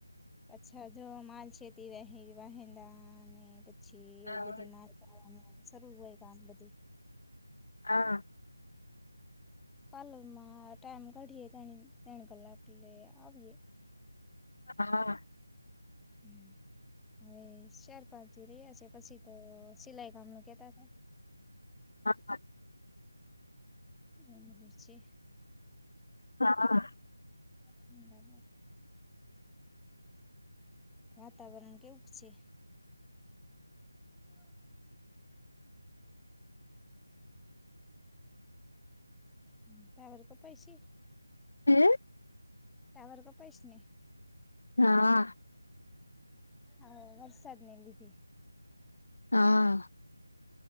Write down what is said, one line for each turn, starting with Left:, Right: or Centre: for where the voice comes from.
Centre: પાછા જો માલ છેેતી રહે વહેંદા ને પછ છી
Left: હા
Centre: એવું બધું <inaudible> નું શરૂ હોય કામ બધુંય.
Left: આ
Centre: પાર્લર માં ટાઈમ કાઢીએે ત્યન-ત્યન કલાક એટલે આવીએ.
Left: હા.
Centre: હમ્મ. હવે સારર પાંચ દી રહ્યા સે પછી તો સિલાઈ કામ નું કેતા હતા.
Left: <unintelligible>
Centre: હમ્મ મિર્ચી
Left: હા.
Centre: <unintelligible> વાતાવરણ કેવુંક છે? <inaudible> હમ્મ, ટાવર કપાય સે?
Left: હે?
Centre: ટાવર કપાઈશ ને?
Left: હા.
Centre: આ વરસાદને લીધે.
Left: હા.